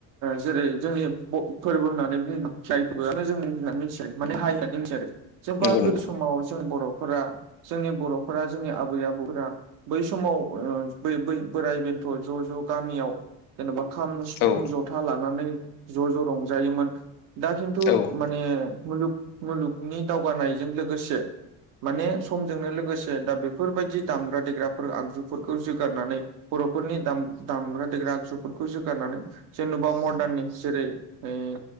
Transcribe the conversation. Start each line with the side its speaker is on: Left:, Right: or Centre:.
Right: जेरै जोंनि बफोरबो होननानै बुङोबा जायखिया फोरबोआनो जों बुंनानै मिथियो माने हारि होननानै मिथि आरो जेनबा
Left: नंगौ नंगौ
Right: गोदो समाव जों बर'फोरा जोंनि बर'फोरा जोंनि आबै आबौफोरा बै समाव ओ बै बै बोराइ बेन्थ' ज' ज' गामियाव जेन'बा खाम सिफुं
Left: औ
Right: ज'था लानानै ज' ज' रंजायोमोन दा खिनथु
Left: औ
Right: माने मुलुग मुलुगनि दावगानायजों लोगोसे माने समजोंनो लोगोसे दा बेफोरबायदि दामग्रा देग्राफोर आगजुफोरखौ जोगारनानै बर'फोरनि दाम दामग्रा देग्रा आगजुफोरखौ जोगारनानै जेन'बा मर्दार्ननि जेरै ओय